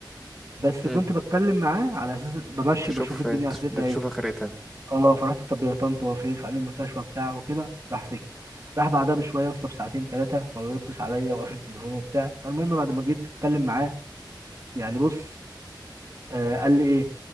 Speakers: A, on the right; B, in the centre.
A: بس
B: مم.
A: كنت بتكلم معاه على اساس بمشي
B: تشوف
A: بشوف الدنيا
B: تش-
A: اخرتها
B: بتشوف
A: ايه
B: آخرتها
A: اه فرحت طب يا طنط هو فين فقال لي المستشفى بتاعه وكده راح سكت راح بعدها بشويه يا اسطى بساعتين ثلاثه ما بيردش عليا وقافل تليفونه وبتاع فالمهم بعد ما جيت اتكلم معاه يعني بص آه قال لي ايه